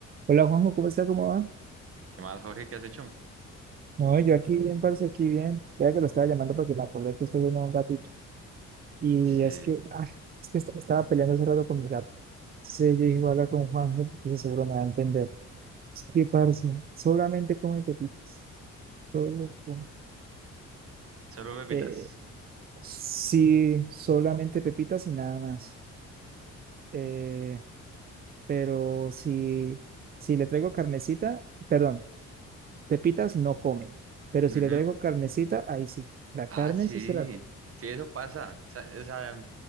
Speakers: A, on the right (about 30°); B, on the right (about 50°).
A: Hola Juanjo, ¿cómo está? ¿Cómo va?
B: ¿Qué más, Jorge? ¿Qué has hecho?
A: No, yo aquí bien, parce, aquí bien. Ya que lo estaba llamando porque me acordé que usted tenía un gatito. Y
B: Sí.
A: es que, ah, es que est- estaba peleando hace rato con mi gato. Sí, yo dije, voy a hablar con Juanjo porque seguro me va a entender. Sí, parce, solamente come pepitas. Solo come-
B: ¿Solo pepitas?
A: Eh, sí, solamente pepitas y nada más. Eh, pero si, si le traigo carnecita, perdón, pepitas no comen. Pero
B: Ujú.
A: si le traigo carnecita, ahí sí. La
B: Ah,
A: carne
B: sí.
A: sí se la come.
B: Sí, eso pasa. Sa- O sea,